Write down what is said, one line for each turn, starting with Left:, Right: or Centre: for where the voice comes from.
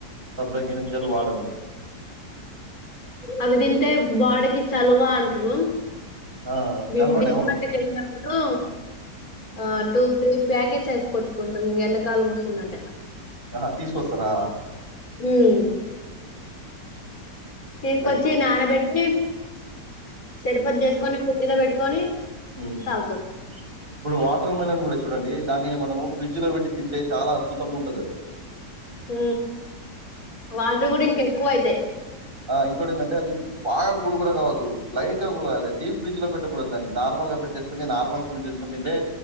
Right: సబ్జా గింజలు వాడను.
Left: అవి తింటే బాడికీ చలువా అంట్రు
Right: ఆ!
Left: మేము
Right: చలవనే
Left: డిమార్ట్
Right: అవును.
Left: కెళ్ళినప్పుడు
Right: హ్మ్.
Left: ఆ టూ త్రీ ప్యాకేజ్ సెచ్చుకొచ్చుకుంటం ఇం ఎండకాలం వస్తుందంటే ఇగ
Right: ఆహా తీస్కొస్తారా
Left: మ్మ్మ్ తీసుకొచ్చి
Right: రైట్.
Left: నానబెట్టి షెర్పత్ జేస్కొని ఫ్రిడ్జ్ లో పెట్టుకొని
Right: మ్మ్
Left: తాగుతాం
Right: ఇప్పుడు వాటర్ మిలన్ గూడా చూడండి దానిని మనము ఫ్రిడ్జ్ లో పెట్టి తింటే చాలా అద్భుతంగ ఉంటది అది
Left: హ వాటర్ కూడా ఇంక ఎక్కువ అయితేయి
Right: ఆ ఇంకోటి ఏంటంటే అది బాగా కూల్ కూడా కావద్దు లైట్ కూల్ కావాలదు ప్ ఫ్రిడ్జ్ లో పెట్టకూడదు దాన్ని నార్మల్గా పెట్టేసుకుని నార్మల్ కూల్ చేసుకుని తింటే